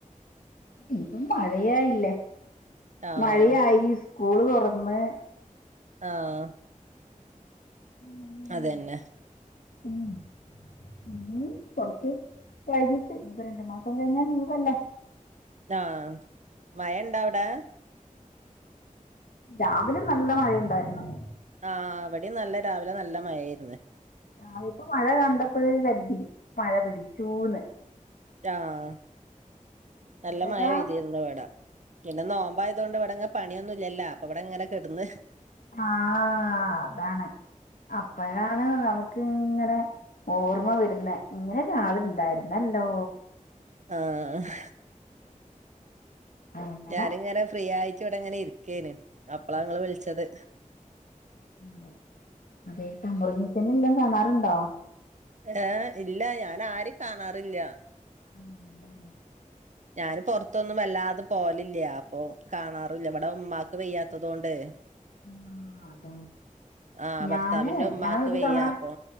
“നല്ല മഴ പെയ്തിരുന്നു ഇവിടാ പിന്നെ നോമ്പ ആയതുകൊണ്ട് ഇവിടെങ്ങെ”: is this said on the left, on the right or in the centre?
Right